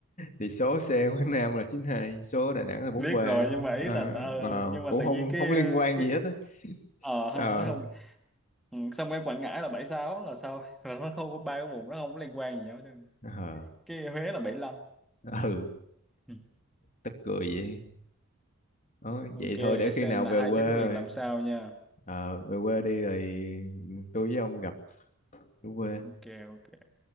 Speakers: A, on the left; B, in the centre.
A: thì số xe Quảng Nam là chín hai số Đà Nẵng là 43
B: biết rồi nhưng mà ý
A: à,
B: là t- ờ,
A: wow,
B: nhưng
A: cũng
B: mà tự
A: không
B: nhiên cái
A: không liên quan
B: cái
A: gì hết á
B: ờ ha,
A: Ờ,
B: nó không ừ, xong cái Quảng Ngãi là bảy sáu là sao <laughs> là nó không có ba cái vùng nó không có liên quan gì nhau chứ
A: ờ,
B: cái Huế là 75
A: ờ, ừ
B: Ừ.
A: tức cười vậy Đó,
B: ok
A: vậy
B: để
A: thôi để khi
B: xem
A: nào
B: là
A: về
B: hai
A: quê
B: chính
A: rồi
B: quyền làm sao nha
A: Ờ, về quê đi rồi ừ, tôi với ông gặp ở quê
B: ok ok